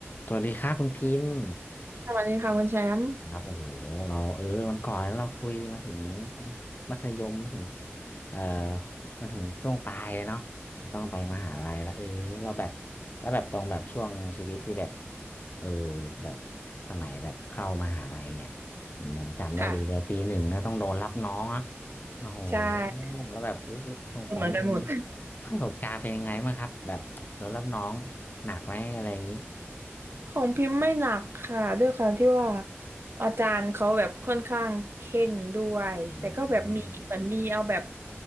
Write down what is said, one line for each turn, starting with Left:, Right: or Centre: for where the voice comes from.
Left: สวัสดีครับคุณพิมพ์
Right: สวัสดีค่ะคุณแชมป์
Left: ครับโอ้โหเราเออวันก่อนแล้วเราคุยมาถึงมัธยมมาถึงเอ่อมาถึงช่วงปลายแล้วเนาะจะต้องไปมหาลัยแล้วเออเราแบบแล้วแบบตรงแบบช่วงชีวิตที่แบบเออแบบสมัยแบบเข้ามหาลัยเนี่ยผมจำได้ดีเลยปีหนึ่งนะต้องโดนรับน้องอะ
Right: ค่ะ
Left: โอ้โห
Right: ใช่
Left: แล้วแบบรู้รู้ของพิมพ์
Right: เหมือนกันหมด
Left: ประสบการณ์เป็นยังไงบ้างครับแบบโดนรับน้องหนักไหมอะไรอย่างนี้
Right: ของพิมพ์ไม่หนักค่ะด้วยความที่ว่าอาจารย์เขาแบบค่อนข้างเข่งด้วยแต่ก็แบบมีเหมือนมีเอาแบบ
Left: อืม